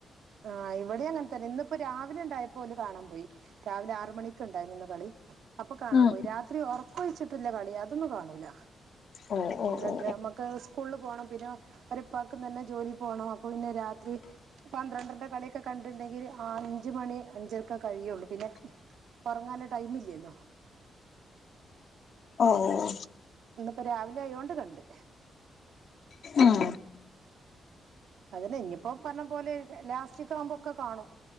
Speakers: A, on the right; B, on the left.
A: ആഹ ഇവിടെ അങ്ങനെ തന്നെ ഇന്നിപ്പോ രാവിലെ ഉണ്ടായപ്പോലും കാണാൻ പോയി രാവിലെ ആറ് മണിക്ക് ഉണ്ടായിരുന്നു കളി അപ്പൊ കാണാൻ
B: ഉം
A: പോയി രാത്രി ഉറക്കൊഴിച്ചിട്ടില്ല കളി അതൊന്നും കാണൂല
B: ഓ ഓ
A: പന്ത്രണ്ടര
B: ഓ
A: ഞമ്മക്ക് സ്കൂളിൽ പോകണം പിന്നെ അവരുടെ ഉപ്പാക്ക് തന്നെ ജോലി പോണം അപ്പൊ പിന്നെ രാത്രി പന്ത്രണ്ടരന്റെ കളിയൊക്കെ കണ്ടിട്ടുണ്ടെങ്കിൽ അഞ്ച് മണി അഞ്ചരക്കെ കഴിയുള്ളൂ പിന്നെ ഉറങ്ങാള്ള ടൈം ഇല്ലല്ലോ
B: ഓഹ്
A: ഇന്നിപ്പോ രാവിലെ ആയോണ്ട് കണ്ട്
B: ഉം
A: അതിനെ ഇനിയിപ്പോ പറഞ്ഞ പോലെ ലാസ്റ്റിക് ആവുമ്പൊക്കെ കാണും